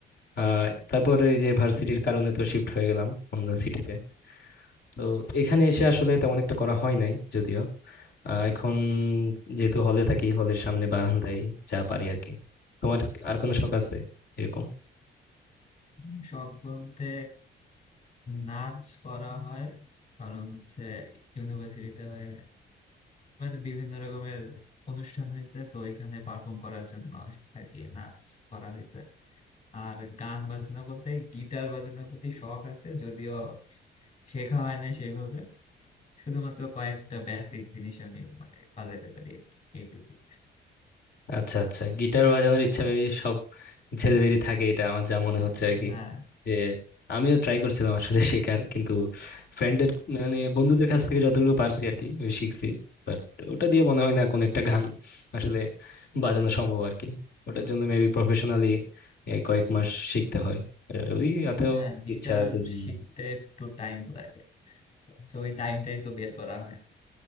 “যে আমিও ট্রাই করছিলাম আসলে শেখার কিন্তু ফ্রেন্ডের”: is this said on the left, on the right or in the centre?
Left